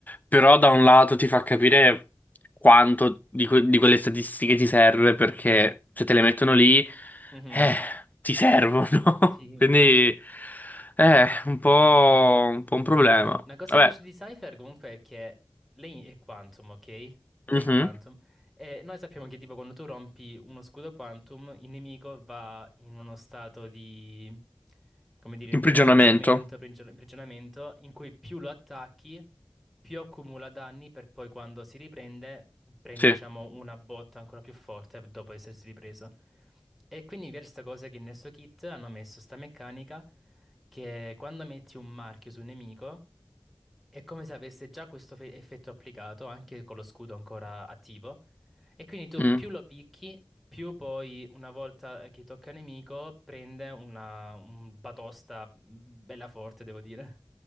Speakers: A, on the left; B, in the centre.
A: però da un lato ti fa capire quanto di, que- di quelle statistiche ti serve perché se te le mettono lì,
B: Mhm.
A: eh, ti servono.
B: Sì.
A: <laughs> Quindi è un po', un po' un problema.
B: Una cosa
A: Vabbè,
B: che mi piace di Cypher comunque è che lei è Quantum, ok? Lei
A: mhm.
B: è Quantum. E noi sappiamo che tipo quando tu rompi uno scudo Quantum, il nemico va in uno stato di, come dire,
A: Imprigionamento,
B: depotenziamento, prigio- imprigionamento, in cui più lo attacchi, più accumula danni per poi quando si riprende, prende
A: sì.
B: diciamo una botta ancora più forte dopo essersi ripreso. E quindi mi piace questa cosa che nel suo kit hanno messo sta meccanica che quando metti un marchio su un nemico è come se avesse già questo fe- effetto applicato, anche con lo scudo ancora attivo. E quindi tu
A: mm.
B: più lo picchi, più poi, una volta che tocca il nemico, prende una un batosta bella forte, devo dire.